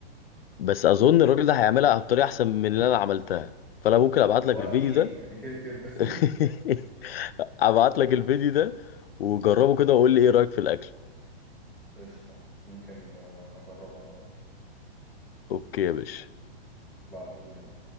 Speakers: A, on the left; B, in the centre.
A: بس اظن الراجل ده هيعملها بطريقه احسن من اللي انا عملتها فانا ممكن ابعت
B: واكيد
A: لك الفيديو ده
B: يعني كده كده <laughs>
A: <laughs> ابعت لك الفيديو ده وجربه كده وقول لي ايه رايك في الاكل
B: قشطة ممكن آه، اجربها النهاردة
A: اوكي يا باشا
B: ابعتولي يلا